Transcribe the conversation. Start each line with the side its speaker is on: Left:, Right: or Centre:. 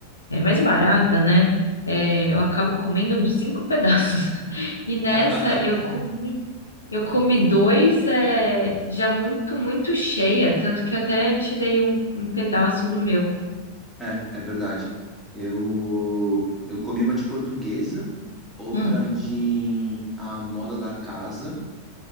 Left: é mais barata, né? É, eu acabo comendo uns cinco <laughs> pedaços. E nessa
Centre: <laughs>
Left: eu comi, eu comi dois, é, já muito, muito cheia. Tanto que eu até te dei um, um pedaço do meu.
Centre: É, é verdade. Eu eu comi uma de portuguesa, outra
Left: Hum,
Centre: de a moda da casa